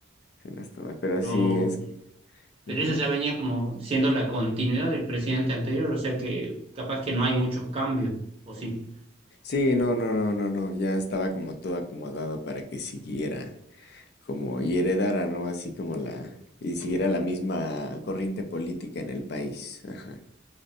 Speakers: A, on the left; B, on the right.
A: Sí, no estaba. Pero
B: Pero
A: sí, es que. ujú.
B: pero eso ya venía como siendo la continuidad del presidente anterior, o sea que capaz que no hay muchos cambios, o sí.
A: Sí, no, no, no, no, no. Ya estaba como todo acomodado para que siguiera. como y heredara, ¿no? Así como la, y siguiera la misma corriente política en el país. Ajá.